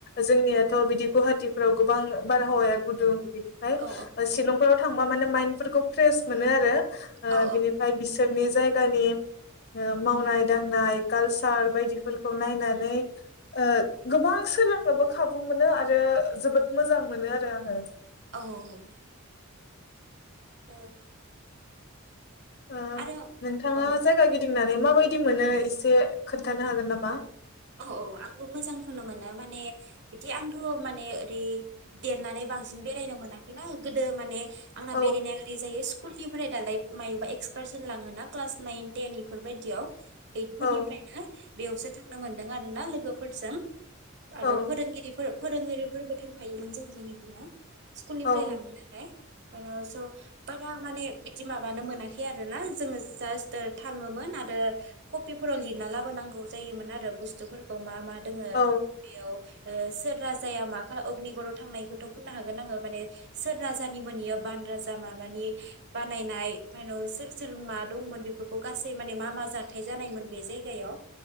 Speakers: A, on the left; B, on the right.
A: जोंनियाथ' बिदि गुवाहाटीफ्राव गोबां बारहावाया गुदुं। बिनिफ्राय
B: औ
A: ओ शिलंफोर। <unintelligible> माने माइन्दफोरखौ फ्रेस मोनो आरो। ओ
B: औ
A: बिनिफ्राय बिसोर नि जायगानि ओ मावनाय दांनाय कालसार बायदिफोरखौ नायनानै ओ गोबां सोलोंनोबो खाबु मोनो आरो जोबोद मोजां मोनो आरो आङो।
B: औ। <unintelligible>
A: ओ
B: आरो
A: नोंथाङा
B: औ
A: जायगा गिदिंनानै। माबायदि मोनो एसे खोन्थानो हागोन नामा?
B: औ औ आंबो मोजां खौनो मोनो माने बिदि आंथ' माने ओरै देरनानै बांसिन बेरायनो मोनाखैना गोदो माने आंना
A: औ
B: बेरायनाया ओरै जायो। कुलनिफ्राय दालाय मायोबा एक्सकारसन लाङो ना क्लास नाइन टेन इफोरबायदियाव। ओइट फोरनिफ्रायनो
A: औ
B: बेयावसो थां थांनो मोनदों आरोना लोगोफोरजों।
A: औ
B: आरो फोरोंगिरिफोर फोरोंगिरि फोरबो थांफायोमोन जोंजों इदिनो। स्कुल निफ्राय
A: औ
B: लाङोनालाय। आरो स' बारा माने बिदि माबानो मोनाखै आरो ना जोङो जास्त थाङोमोन आरो कपिफोराव लिरना लाबोनांगौ जायोमोन आ रो बुस्थुफोरखौ मा मा। दोङो
A: औ
B: बेयाव। ओ सोर राजाया मा खालाम अग्निगराव थांनायखौथ' बुंनो हागोन आङो माने सोर राजानि मोन इयो बान राजा माबानि बानायनाय सोर सोर मा दंमोन बेफोरखौ गासै माने मा मा जाथाय जानायमोन बे जायगायाव